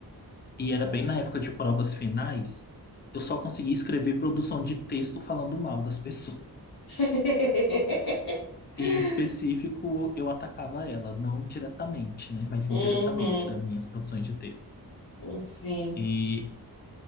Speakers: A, on the left; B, on the left.
A: e era
B: Uhum.
A: bem na época de provas finais. Eu só conseguia escrever produção de texto falando mal das pessoas.
B: <laughs>
A: Em específico, eu atacava ela, não diretamente, né, mas
B: Uhum.
A: indiretamente nas minhas produções de texto.
B: Uhum. Sim.
A: E